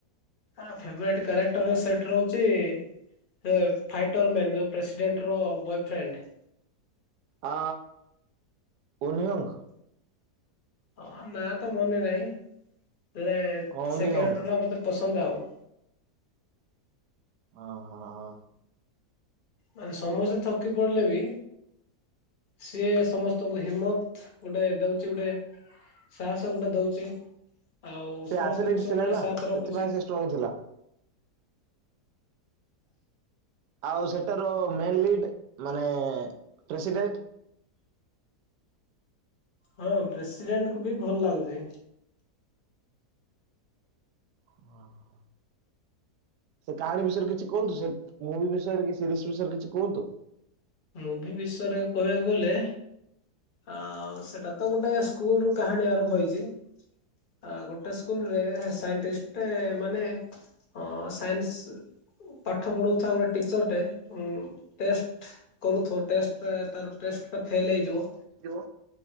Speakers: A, on the left (about 45°); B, on the right (about 85°).
A: ହ ଫେବରଟ କ୍ୟାରେକ୍ଟର ସେଟ ରହୁଛି ସେ ଫାଇଟର ମ୍ୟାନ୍ ଯୋଉ ପ୍ରେସିଡେଣ୍ଟ ର ବୟଫ୍ରେଣ୍ଡ।
B: ଆ ଉୟଙ୍ଗ।
A: ହଁ ନା ତ ମନେ ନାହିଁ ହେଲେ
B: ହଁ ଓନିଅଙ୍ଗ
A: ସେକରଟ ଟା ମତେ ପସନ୍ଦ ଆଉ।
B: ଓ ହୋ ହ।
A: ମାନେ ସମସ୍ତେ ଥକି ପଡିଲେ ବି ସିଏ ସମସ୍ତଙ୍କୁ ହିମତ ଗୋଟେ ଦଉଛି ଗୋଟେ। ସାହସ ଗୋଟେ ଦଉଛି ଆଉ
B: ସେ
A: ସମସ୍ତଙ୍କୁ
B: ଆଥଲେଟ୍
A: ସବୁବେଳେ
B: ଥିଲା ନା
A: ସାଥ
B: ସେଥିପାଇଁ
A: ରଖୁଛି।
B: ସେ ଷ୍ଟ୍ରଙ୍ଗ ଥିଲା। ଆଉ ସେଟାର ମେନ୍ ଲିଡ ମାନେ ପ୍ରେସିଡେଣ୍ଟ।
A: ହଁ ପ୍ରେସିଡେଣ୍ଟ କୁ ବି ଭଲ ଲାଗୁଛି।
B: ହୁଁ। ସେ କାହାଣୀ ବିଷୟରେ କିଛି କୁହନ୍ତୁ ସେ ମୁଭି ବିଷୟରେ କି ସିରିଜ ବିଷୟରେ କିଛି କୁହନ୍ତୁ।
A: ମୁଭି ବିଷୟରେ କହିବାକୁ ଗଲେ ଆ ସେଟା ତ ଗୋଟେ ସ୍କୁଲ ରୁ କାହାଣୀ ଆରମ୍ଭ ହେଇଛି। ଆ ଗୋଟେ ସ୍କୁଲରେ ସାଇଣ୍ ମାନେ ହଁ ସାଇନ୍ସ ପାଠ ପଢଉଥିବା ଗୋଟେ ଟିଚର ଟେ ଟେଷ୍ଟ କରୁଥ ଟ ତ ଟ ଫେଲ ହେଇଯିବ।
B: ହେଲୋ।